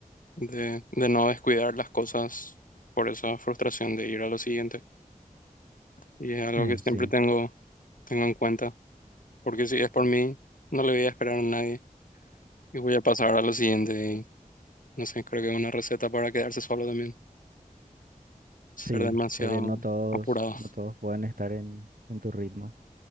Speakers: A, on the left; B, on the right.
A: de, de no descuidar las cosas por esa frustración de ir a lo siguiente. Y es algo
B: Eh,
A: que siempre
B: sí,
A: tengo, tengo en cuenta, porque si es por mí, no le voy a esperar a nadie y voy a pasar a lo siguiente. Y no sé, creo que es una receta para quedarse solo también, ser
B: sí,
A: demasiado
B: porque no todos,
A: apurado.
B: no todos pueden estar en, en tu ritmo.